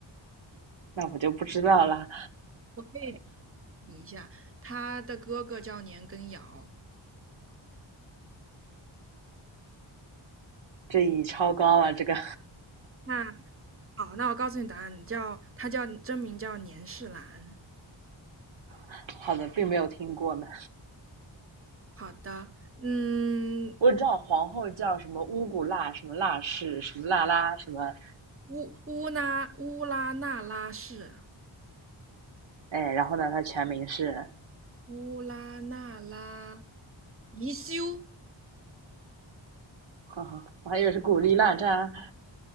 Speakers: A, on the right; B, on the right.
A: 那我就不知道啦，
B: 我问你一下，她的哥哥叫年羹尧。
A: 这已超高了。这个
B: 那好，那我告诉你答案，叫她叫真名叫年世兰。
A: <laughs> 好的，并没有听过呢。
B: 好的，嗯，
A: <laughs> 我知道皇后叫什么乌古辣，什么辣氏，什么辣拉，什么
B: 乌乌拉乌拉那拉氏。
A: 哎，然后呢，她全名是，
B: 乌拉那拉宜修，
A: <laughs> 呵呵，我还以为是古力娜扎，